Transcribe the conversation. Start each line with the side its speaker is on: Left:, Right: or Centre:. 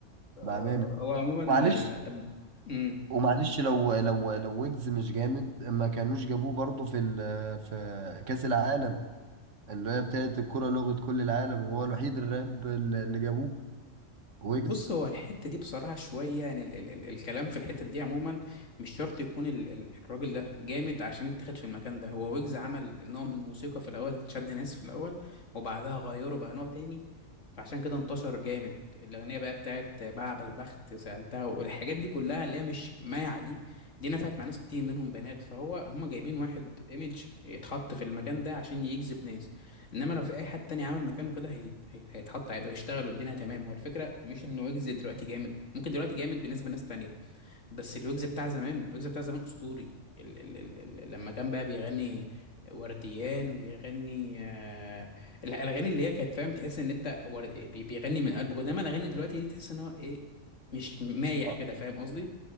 Left: آه،
Right: بأمانة
Left: هو عموما
Right: معلش
Left: آه، طب مم.
Right: ومعلش لو لو لو ويجز مش جامد ما كانوش جابوه برضه في ال- في كأس العالم اللي هي بتاعت الكرة لغة كل العالم هو الوحيد الراب اللي اللي جابوه ويجز
Left: بص هو الحتة دي بصراحة شوية يعني ال ال ال الكلام في الحتة دي عموما مش شرط يكون ال ال الراجل ده جامد عشان اتخذ في المكان ده هو ويجز عمل نوع من موسيقى في الأول كانت شد ناس في الأول وبعدها غيره بقى نوع تاني فعشان كده انتشر جامد الأغنية بقى بتاعت بلعب البخت سألتها والحاجات دي كلها اللي هي مش مايعة دي دي نفعت مع ناس كتير منهم بنات فهو هم جايبين واحد ايميج يتحط في المكان ده عشان يجذب ناس انما لو في اي حد تاني عمل مكانه كده هي... هي... هيتحط عادي وهيشتغل والدنيا تمام هو الفكره مش ان ويجز دلوقتي جامد ممكن دلوقتي جامد بالنسبه لناس تانية بس الويجز بتاع زمان الويجز بتاع زمان اسطوري ال... ال... ال... ال... لما كان بقى بيغني ورديان ويغني آه... الاغاني اللي هي كانت فاهم تحس ان انت ورد... بي- بيغني من قلبك انما الاغاني دلوقتي دي تحس ان هو ايه مش مايع
Right: اه
Left: كده فاهم قصدي